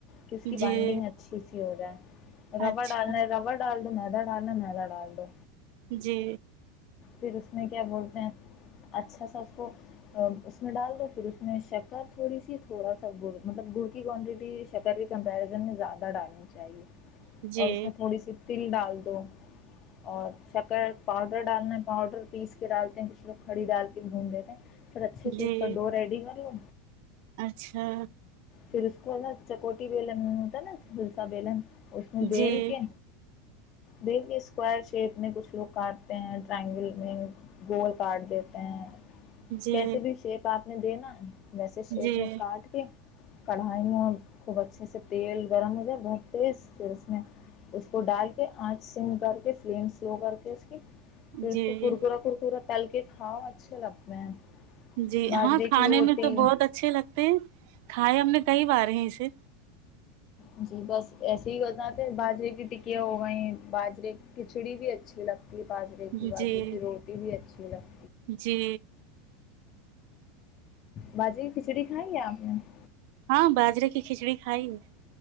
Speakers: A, on the left; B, on the right.
A: کہ اس کی
B: جی
A: بائنڈنگ اچھی سیی ہوگا ربڑ
B: اچھا
A: ڈالنا ہے ربڑ ڈالڈو میرا ڈالڈو میرا ڈالڈو
B: جی
A: پھر اس میں کیا بولتے ہیں اچھا سا اس کو اس میں ڈال دو پھر اسس میں شکر تھوڑی سی تھوڑا سا مطلب گڑ کی شکل بھی کمپیریزن زیادہ ڈالنا چاہیے
B: جی
A: اور اس میں تھوڑی سی تل ڈال دو اور شکر پاؤڈر ڈالنا ہے پاؤڈر پیس کے ڈالتے ہیں کچھ لوگ کھڑی ڈال کے بھون دیتے ہیں پ اچھے سے
B: جی
A: اس کا ڈور ریڈی کر لو
B: اچھا
A: پھر اس کو نا چکوٹی بیلن ہوتا ہے نا جلسا بیلن اس میں
B: جی
A: بیل کے بیل کی اسکوائر شیپ میں کچھ لوگ کاٹتے ہیں ٹرائنگل میں گول کاٹ دیتے ہیں
B: جی
A: کیسے بھی شیپ آپ نے دےینا <unintelligible> ویسے شیپ
B: جی
A: میں کاٹ کے کڑھائی خوب اچھے سے تیل گرم ہو جائے بہت تیز پھر اس میں اس کو ڈال کے آنچ سم کر کے فلیم سلو کر کے اس کی پھر
B: جی
A: اس کو کرکا کرکورا تل کے کھاؤ اچھے لگتے ہیں
B: جی
A: باجرے
B: ہاں کھانے
A: کی روٹی
B: میں تو بہت اچھے لگتے ہیں کھائے ہم نے کئی بار ہیں جی
A: جی بس ایسے ہی وتہ باجرے کی ٹکیاں ہوگئی باجرے کھچڑی بھی اچھی لگتی باجرے کی
B: جی جی
A: باجرے کی روٹی بھی اچھی ج <unintelligible>
B: جی
A: بجی کھچڑی کھائیے ہم ا <inaudible>
B: ہاں باجرے کی کھچڑی کھائی